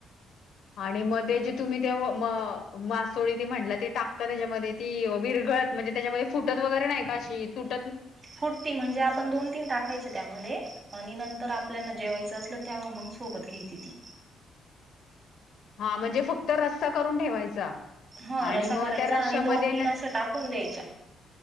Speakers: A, on the left (about 75°); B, on the right (about 35°).
A: आणि मग ते जे तुम्ही ते मासोळी ते म्हला ते टाकता त्याच्यामध्ये ती विरग घळत म्हणजे त्याच्यामध्ये फुटत वगैरे नाही का अशी तुट
B: फुटती म्हणजे आपण दोन तीन टाकायचे त्यामध्ये आणि नंतर आपल्या जेवायच असलं त्या्हा मग सोबत घ्यायची ती
A: हा म्हणजे फक्त रस्ता करून ठेवायचा.
B: ह
A: आणि
B: रसा
A: मग
B: करायचा
A: त्या रश्यामध्ये
B: आणि दोन तीन असे टाकून द्यायच्या